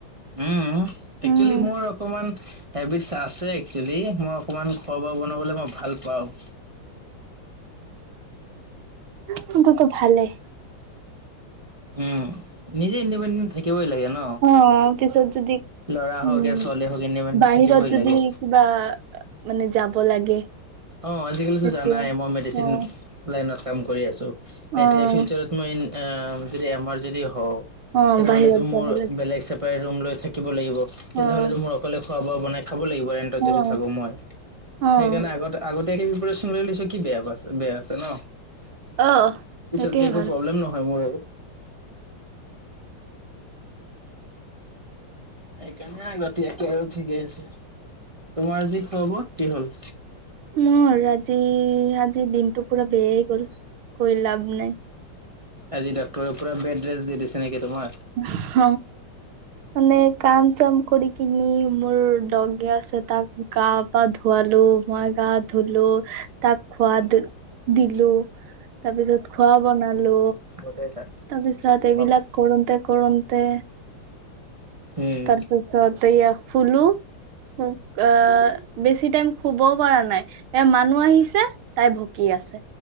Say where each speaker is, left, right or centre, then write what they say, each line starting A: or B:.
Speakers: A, on the right (about 40°); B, on the right (about 80°).
A: উম
B: উম।
A: একচুৱেলি মোৰ অকমান হেবিটছ আছে একচেলি মই অকমান খোৱা বোৱা বনাবলৈ মই ভাল পাও ।
B: কিন্ততো ভালেই । <inaudible>
A: উম নিজে ইণ্ডিপেণ্ডেণ্ট থাকিবই লাগে ন
B: অ', পিছত যদি
A: ল'ৰা
B: উম,
A: হওঁক ছোৱালী হওক ইণ্ডিপেণ্ডেণ্ট
B: বাহিৰত
A: থাকিবই
B: যদি
A: লাগে।
B: কিবা মানে যাব লাগে।
A: অ আজিকালি
B: তেতিয়া
A: জানাই মই মেডিচিন
B: অ',
A: লাইনত কাম কৰি আছো
B: অ',
A: এতিয়া ফিউচাৰত মই এ যদি আমাৰ যদি হওক ।
B: অ',
A: তেনেহলে
B: বাহিৰত
A: চোন
B: যাব
A: মোৰ
B: লাগে
A: বেলেগ ছেপেৰেট ৰুম লৈ থাকিব লাগিব তেতিয়
B: অ',
A: হ'লে মোৰ অকলে খোৱা ব বনাই থাব লাগিব ৰেণ্টত
B: অ',
A: যদি থাকো মই
B: অ',
A: সেইকাৰণে আগতে গ প্ৰিপ্যন লৈ লৈছো কি বে প বেয়া আছে ন পিছতকে
B: অ', সেইটোয়ে
A: একো
B: ভাল।
A: প্ৰব্লেম নহয় মোৰ আৰু <inaudible> এক কেনে আগতিযাকে আৰু ঠিকে আছে তোমাৰ যি <unintelligible> কি হ'ল
B: মোৰ আজি আজি দিনটো পুৰা বেয়াই গল কৈ লাভ নাই
A: আজি ডক্তৰে পোৰা বেদ ৰেষ্ট দিদিছে নেকি তোমাক?
B: অহ মানে কাম চাম কৰি কিনি মোৰ ডগি আছে তাক গা পা ধুৱালো মই গা ধুলো তাক খোৱাদ দিলো তাৰ পিছত খোৱা বনালো
A: গোটেই তাত
B: তাৰ পিছত এইবিলাক
A: বাবাত।
B: কৰোতে কৰতে
A: উম,
B: তাৰপিছত এয়া শোলো আহ বেছি টাইম শুবও পৰা নাই এ মানুহ আহিছে তাই ভুকি আছে